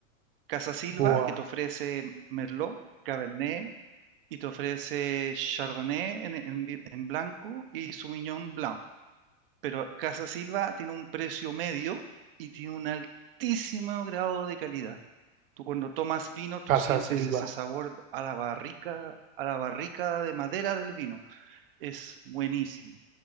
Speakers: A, on the right; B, on the right.
A: Casa Silva
B: Boa,
A: que te ofrece Merlot, Cabernet y te ofrece Chardonnay en, en vi- en blanco y Sauvignon Blanc. Pero Casa Silva tiene un precio medio y tiene un altísimo grado de calidad. Tú cuando tomas vino, tú
B: Casa
A: sientes
B: Silva.
A: ese sabor a la barrica, a la barrica de madera del vino. Es buenísimo.